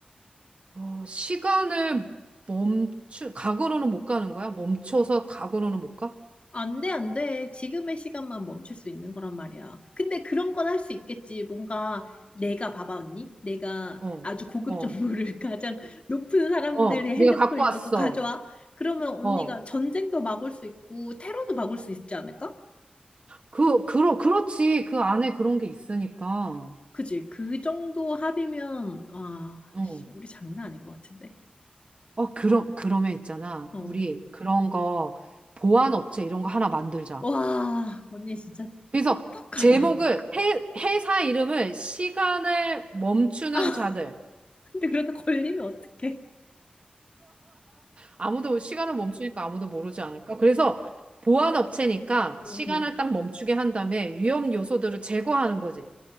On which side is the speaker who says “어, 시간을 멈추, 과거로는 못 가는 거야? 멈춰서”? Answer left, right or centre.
Right